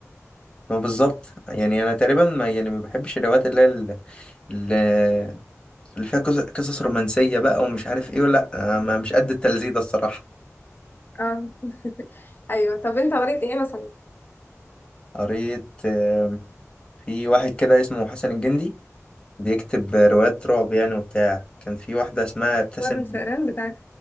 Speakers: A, on the left; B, on the left.
A: ما بالظبط يعني أنا تقريبا ما يعني ما بحبش الروايات اللي هي ال- ال- اللي فيها قصص قصص رومانسية بقى ومش عارف إيه ولا أنا ما- مش قد التلذيذ ده الصراحة
B: اه <laughs> ايوه طب انت قريت ايه مثلا
A: قريت آم، في واحد كده اسمه حسن الجندي بيكتب روايات رعب يعني وبتاع كان في واحدة اسمها ابتسم
B: مر الفئران بتاعك